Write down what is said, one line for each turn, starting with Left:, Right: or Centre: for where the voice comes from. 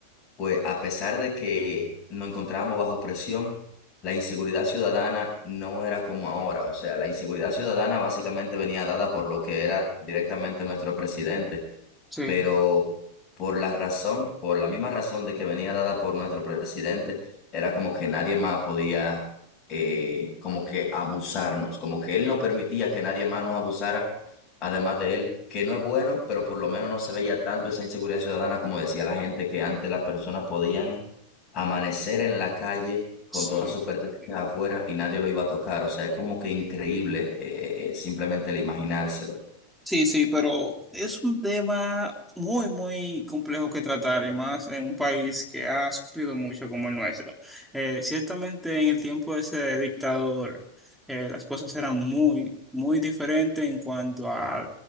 Left: pues a pesar de que nos encontrábamos bajo presión, la inseguridad ciudadana no era como ahora. O sea, la inseguridad ciudadana básicamente venía dada por lo que era directamente nuestro presidente
Centre: Sí.
Left: pero por la razón, por la misma razón de que venía dada por nuestro presidente, era como que nadie más podía eh, como que abusarnos, como que él no permitía que nadie más nos abusara, además de él, que no es bueno, pero por lo menos no se veía tanto esa inseguridad ciudadana como decía la gente, que antes las personas podían amanecer en la calle. con
Centre: sí.
Left: todas sus pertenencias
Centre: eh,
Left: afuera y nadie lo iba a tocar. O sea, es como que increíble eh, eh, simplemente el imaginárselo.
Centre: Sí, sí, pero es un tema muy, muy complejo que tratar y más en un país que ha sufrido mucho como el nuestro. Eh, ciertamente en el tiempo de ese dictador eh, las cosas eran muy, muy diferentes en cuanto a